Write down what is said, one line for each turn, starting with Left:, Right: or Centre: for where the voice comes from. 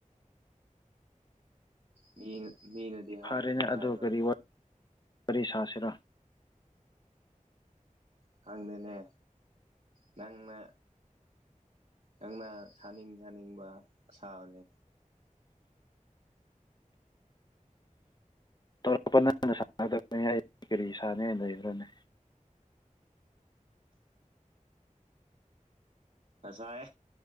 Right: ꯃꯤꯅ ꯃꯤꯅꯗꯤ ꯍꯥꯏꯒꯅꯨ
Left: ꯐꯔꯦꯅꯦ ꯑꯗꯨ
Right: ꯍꯥꯏꯕ
Left: ꯀꯔꯤ ꯋꯥꯔꯤ ꯁꯥꯁꯤꯔꯥ
Right: ꯈꯪꯗꯦꯅꯦ ꯅꯪꯅ ꯅꯪꯅ ꯁꯥꯅꯤꯡ ꯁꯥꯅꯤꯡꯕ ꯁꯥꯕꯅꯤ
Left: <unintelligible> ꯀꯔꯤ ꯁꯥꯅꯤ ꯍꯥꯏꯅ ꯂꯩꯕ꯭ꯔꯥꯅꯦ
Right: ꯑꯁꯥꯏ